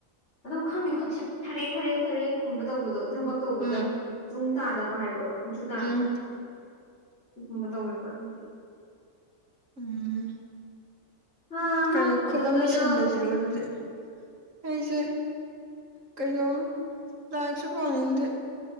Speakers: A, on the left; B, on the right.
A: ꯑꯗꯨꯝ ꯈꯪꯉꯦ ꯈꯨꯠꯁꯦ ꯊꯔꯦꯛ ꯊꯔꯦꯛ ꯊꯔꯦꯛꯀꯨꯝꯕ ꯇꯧꯕꯗꯣ ꯊꯕꯛ ꯇꯧꯕꯗ꯫
B: ꯎꯝ
A: ꯇꯥꯗꯕ ꯍꯥꯏꯕ꯭ꯔꯣ ꯃꯆꯨ ꯇꯥꯗꯕ
B: ꯎꯝ
A: ꯁꯤꯒꯨꯝꯕ ꯇꯧꯋꯦꯕ ꯑꯗꯨꯒꯤ꯫
B: ꯎꯝ
A: ꯍꯥ
B: ꯀꯔꯤ
A: ꯍꯥ ꯀꯩꯗꯧꯗꯣꯏꯅꯣ
B: ꯈꯨꯠ ꯑꯃ ꯁꯤꯜꯂꯁꯤꯔꯣ ꯑꯗꯨꯗꯤ꯫ ꯑꯩꯁꯦ ꯀꯩꯗꯧ ꯂꯥꯏꯔꯤꯛꯁꯨ ꯄꯥꯅꯤꯡꯗꯦ꯫